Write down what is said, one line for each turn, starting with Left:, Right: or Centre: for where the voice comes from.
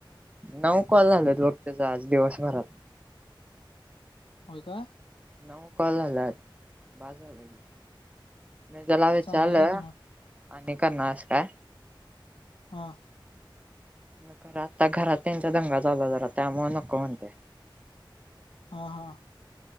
Right: नऊ कॉल झाल्यात बघ त्याच आज दिवसभरात.
Left: होय का.
Right: नऊ कॉल झाल्यात बास झाल की. मी त्याला विचारलं
Left: चांगला आहे की मग
Right: आणि करणारस हाईस काय
Left: हां
Right: खर आता घरात त्यांचा दंगा चालू हाय जरा त्यामुळ नको म्हणतय.
Left: हा हा